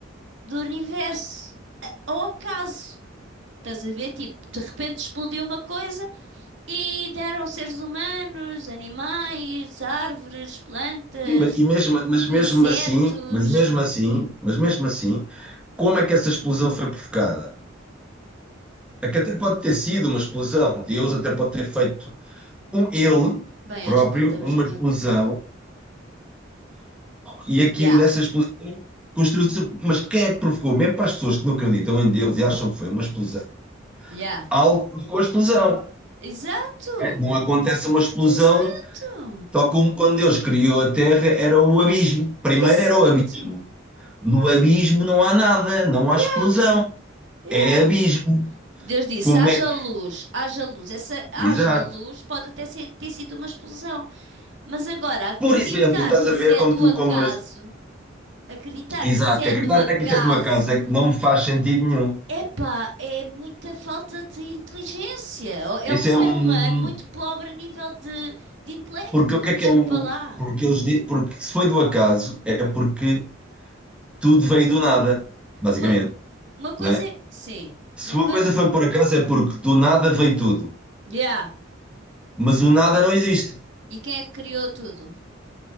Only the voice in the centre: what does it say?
Sim, mas, e mesmo, mas mesmo
assim, mas mesmo assim, mas mesmo assim, como é que essa explosão foi provocada? É que até pode ter sido uma explosão, Deus até pode ter feito um ele
próprio,
uma
explosão, e aquilo,
essa explosão construiu-se. Mas quem é que provocou? Mesmo para as pessoas que não acreditam em Deus e acham que foi uma explosão,
algo provocou a explosão.
Não acontece uma explosão,
tal como quando Deus criou a Terra, era o abismo. Primeiro
era o abismo. No abismo não há nada, não
há explosão.
É abismo.
Como
é? que.
Exato.
Por exemplo, estás
a ver
como
tu,
como as...
Exato,
que acreditar
é que isto é do acaso, é que não me faz sentido nenhum.
Isso
é um.
Porque o que é
que é o.
Porque, eles... di- porque se foi do acaso, é porque tudo veio do nada, basicamente,
né?
Se
uma
coisa foi por acaso, é porque do nada veio tudo.
Mas o nada não existe.